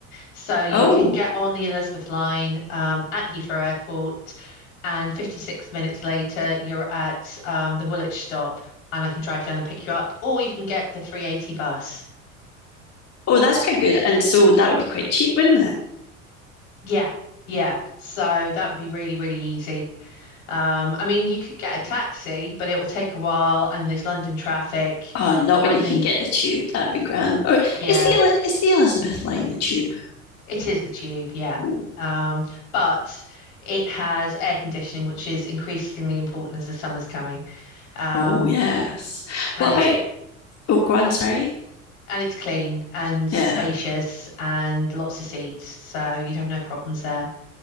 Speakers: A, on the left; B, on the left.
A: So you
B: Oh,
A: can get on the Elizabeth line um, at Heathrow Airport, and 56 minutes later, you're at um, the Woolwich stop, and I can drive down and pick you up, or you can get the 380 bus.
B: Oh, that's quite good. And so that would be quite cheap, wouldn't it?
A: Yeah, yeah. So that would be really, really easy. Um, I mean, you could get a taxi, but it will take a while, and there's London traffic,
B: Oh, not when
A: and
B: you can
A: then,
B: get the tube. That'd be grand. Oh,
A: yeah,
B: is the is the Elizabeth line the tube?
A: it is the tube, yeah.
B: Ooh.
A: Um, but it has air conditioning, which is increasingly important as the summer's coming. Um,
B: Oh, yes.
A: and
B: What about?
A: it's
B: Oh, go on. Sorry.
A: and it's clean and
B: Yeah.
A: spacious and lots of seats, so you'd have no problems there.